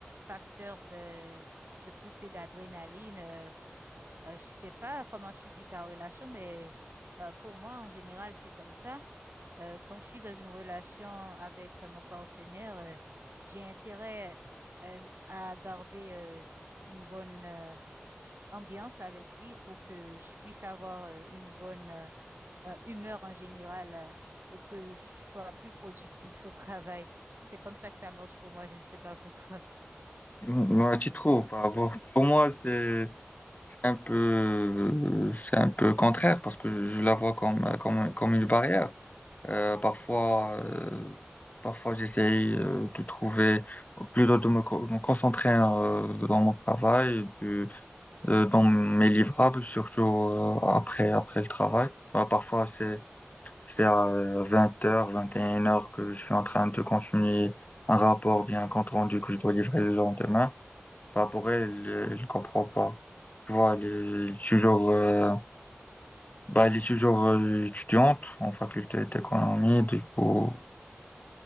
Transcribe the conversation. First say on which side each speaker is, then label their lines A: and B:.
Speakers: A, on the right (about 60°); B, on the left (about 35°).
A: facteur de, de poussée d'adrénaline. euh, Euh, je sais pas comment tu vis ta relation, mais euh, pour moi, en général, c'est comme ça. Euh, quand je suis dans une relation avec euh, mon partenaire, euh, j'ai intérêt euh, à garder euh, une bonne euh, ambiance avec lui pour que je puisse avoir euh, une bonne euh, euh, humeur en général euh, et que je sois plus productif <laughs> au travail. C'est comme ça que ça marche pour moi, je ne sais pas pour toi.
B: Ouais, tu trouves par rapport. Pour moi, c'est un peu, c'est un peu contraire parce que je la vois comme, euh, comme, comme une barrière. Euh, parfois, euh, parfois j'essaye euh, de trouver, plutôt de me, co- me concentrer euh, dans mon travail, de, euh, dans mes livrables, surtout euh, après, après le travail. Bah, parfois, c'est, c'est à 20h, 21h que je suis en train de continuer un rapport, bien un compte rendu que je dois livrer le lendemain. Bah, pour elle, elle elle comprend pas. Tu vois, elle est toujours, euh, bah, elle est toujours euh, étudiante en faculté d'économie, du coup,